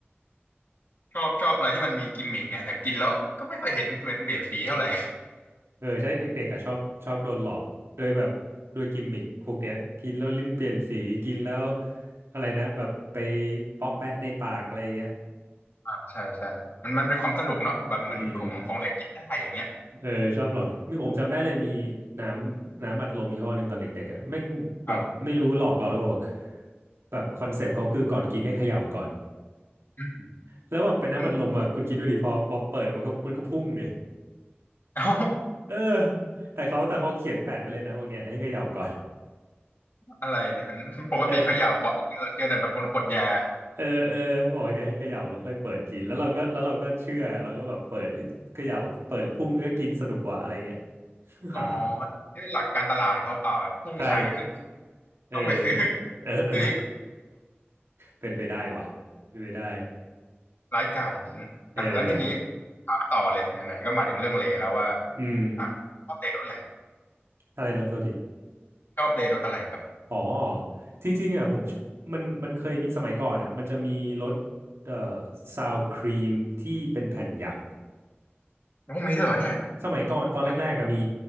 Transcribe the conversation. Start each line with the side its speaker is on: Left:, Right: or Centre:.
Left: ชอบชอบอะไรที่มันมีกิมมิกไงแต่กินแล้วก็ไม่ค่อยเห็นเปลี่ยนเปลี่ยนสีเท่าไหร่
Right: เออใช่เด็กๆอ่ะชอบชอบโดนหลอกโดยแบบโดยกิมมิคพวกเนี้ยกินแล้วลิ้นเปลี่ยนสีกินแล้วอะไรนะแบบไปเปาะแปะในปากอะไรอย่างเงี้ย
Left: อ่าใช่ใช่มันมันเป็นความสนุกเนาะแบบเหมือนของของเล่นกินได้อย่างเงี้ย
Right: อืมเออชอบหลอกมีผมจำได้เลยมีน้ำน้ำอัดลมยี่ห้อหนึ่งตอนเด็กๆอ่ะแม่งแบบไม่รู้หลอกเราหรือเปล่าบอก
Left: ครับ
Right: แบบคอนเซปต์เขาคือก่อนกินให้เขย่าก่อน
Left: อืม
Right: แล้วแบบเป็นน้ำอัดลมอ่ะคุณคิดดูดิพอพอเปิดอะมันก็มันก็พุ่งดิ
Left: อืมเอ้า
Right: เออแต่เขาแต่เขาเขียนแปะไว้เลยนะบอกเนี่ยให้เขย่าก่อน
Left: อะไรเนี่ยปกติเขย่าก่อนเจอเจอแต่แบบบนขวดยา
Right: เออเออเออบอกให้เนี่ยวให้เขย่าแล้วค่อยเปิดกินแล้วเราก็แล้วเราก็เชื่อเราก็แบบเปิดเอ้ยเขย่าเปิดแล้วพุ่งก็กินสนุกกว่าอะไรเงี้ย
Left: อ๋อ
Right: <laughs> หา
Left: ด้วยหลักการตลาดเขาเปล่าแบบพุ่งหายไปครึ่ง
Right: ใช่เออ
Left: ต้องไปซื้อ
Right: เออเออ
Left: ซื้ออีก
Right: เป็นไปได้วะเป็นไปได้
Left: ร้ายกาจจริงๆอ่ะแล้วทีนี้
Right: เออ
Left: ถามต่อเลยไหนๆก็มาถึงเรื่องเลแล้วว่า
Right: อืม
Left: อ่ะชอบเลรถอะไร
Right: อะไรนะครับโทษที
Left: ชอบเลรถอะไรครับ
Right: อ๋อจริงๆอ่ะผมชอบมันมันเคยมีสมัยก่อนอ่ะมันจะมีรสเอ่อซาวครีมที่เป็นแผ่นหยัก
Left: โอ้มีด้วยเหรอเนี่ย
Right: สมัยก่อนตอนแรกๆก็มี
Left: เมื่อ